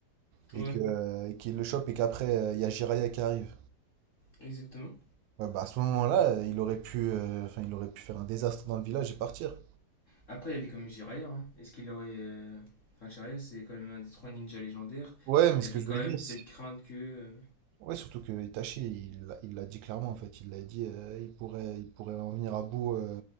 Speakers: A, on the right; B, on the left.
A: et
B: Ouais,
A: que, euh, et qu'il le chope et qu'après, euh, il y a Jiraiya qui arrive.
B: exactement.
A: Ouais, bah à ce moment-là, euh, il aurait pu, euh, enfin, il aurait pu faire un désastre dans le village et partir.
B: Après, il y avait comme Jiraiya. hein. Est-ce qu'il aurait. euh, Enfin, Jiraiya, c'est quand même un des trois ninjas légendaires.
A: Ouais, mais
B: Il
A: ce
B: y avait
A: que je
B: quand
A: veux
B: même
A: dire, c'est
B: cette crainte que. euh,
A: Ouais, surtout que Itachi, il l'a il l'a dit clairement en fait. Il l'a dit, euh, il pourrait, il pourrait en venir à bout. euh,